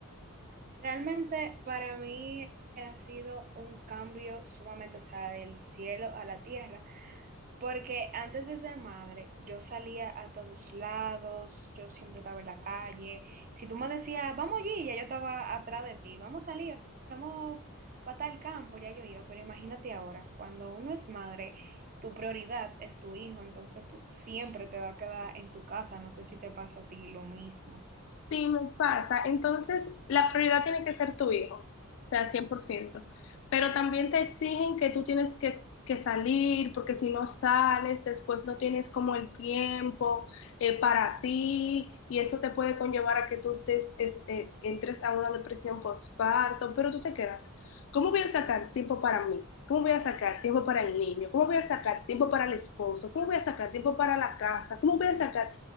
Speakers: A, on the right; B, on the left.
A: Realmente para mí ha sido un cambio sumamente, o sea, del cielo a la tierra, porque antes de ser madre yo salía a todos lados, yo siempre estaba en la calle, si tú me decías, vamos allí, ya yo estaba atrás de ti, vamos a salir, vamos para tal campo, ya yo iba, pero imagínate ahora, cuando uno es madre, tu prioridad es tu hijo, entonces tú siempre te vas a quedar en tu casa, no sé si te pasa a ti lo mismo.
B: Sí, me pasa. Entonces, la prioridad tiene que ser tu hijo, o sea, 100%. Pero también te exigen que tú tienes que, que salir, porque si no sales, después no tienes como el tiempo eh, para ti, y eso te puede conllevar a que tú te, este, entres a una depresión postparto, pero tú te quedas. ¿Cómo voy a sacar tiempo para mí? ¿Cómo voy a sacar tiempo para el niño? ¿Cómo voy a sacar tiempo para el esposo? ¿Cómo voy a sacar tiempo para la casa? ¿Cómo voy a sacar